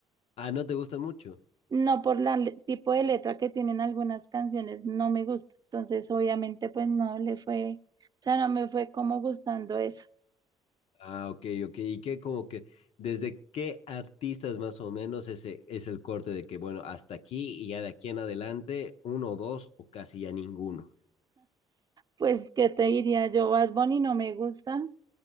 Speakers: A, on the left; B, on the right.
A: ah, no te gusta mucho.
B: no por el tipo de letra que tienen algunas canciones, no me gusta. Entonces, obviamente, pues no le fue, o sea, no me fue como gustando eso.
A: Ah, ok, ok. Y qué? como que, ¿desde qué artistas más o menos ese es el corte de que, bueno, hasta aquí y ya de aquí en adelante, uno o dos o casi ya ninguno?
B: Pues, ¿qué te diría yo? Bad Bunny no me gusta.